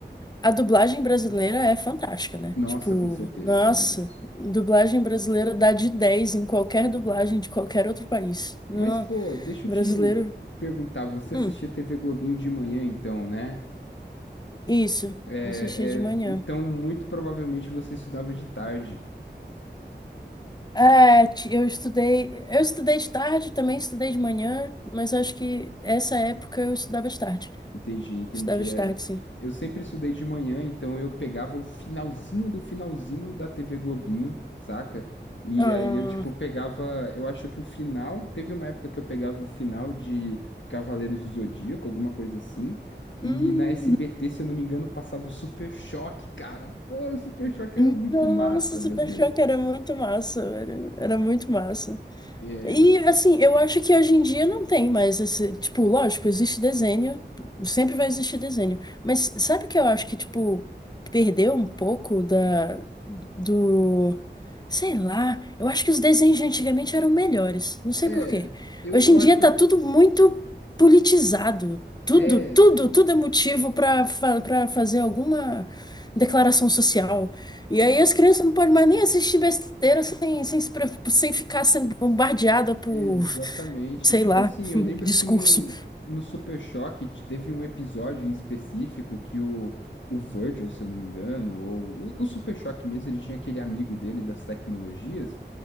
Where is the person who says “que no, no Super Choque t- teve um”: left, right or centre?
Left